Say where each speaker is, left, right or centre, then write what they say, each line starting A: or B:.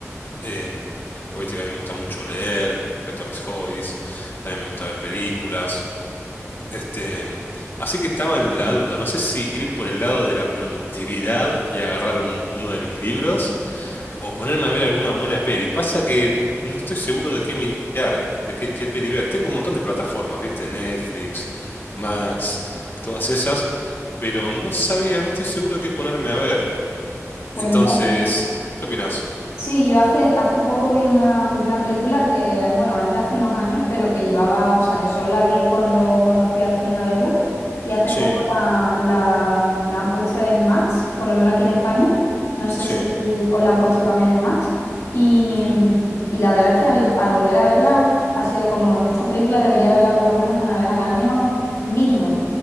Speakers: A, on the left; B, on the left.
A: Eh, vos viste que a mí me gusta mucho leer respecto a mis hobbies. También me gusta ver películas. Este, mm, así que estaba en la duda. No sé si ir por el lado de la productividad y agarrar un- uno de mis libros o ponerme a ver alguna buena peli. Pasa que no estoy seguro de qué mirar, de qué, qué peli ver. Tengo un montón de plataformas, ¿viste? Netflix, Max, todas esas, pero no sabía, no estoy seguro de qué ponerme a ver.
B: Pues
A: Entonces,
B: mira,
A: ¿vos ¿qué opinás?
B: sí, yo hace, hace poco vi una, vi una película que, bueno, es de hace unos años, pero que llevaba, o sea, que solo la vi cuando, cuando fui al cine a verla. Y hace
A: Sí,
B: poco la, la, la han puesto en Max, por lo menos aquí en España. No sé
A: sí.
B: si aquí os la han puesto también en Max. Y,
A: ujú,
B: mm, y la verdad es que al, al volver a verla ha sido como, esta película debería verla por lo menos una vez al año mínimo.